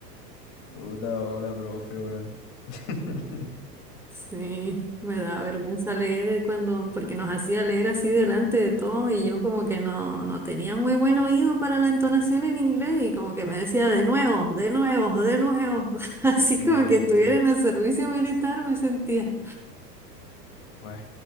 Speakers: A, on the left; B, in the centre.
A: Puta, hola, profe, weón. <laughs>
B: Sí, me da vergüenza leer cuando, porque nos hacía leer así delante de todo y yo como que no, no tenía muy buen oído para la entonación en inglés y como que me decía de nuevo, de nuevo, de nuevo. <laughs> Así
A: Bu,
B: como que estuviera en el servicio militar me sentía.
A: bueno.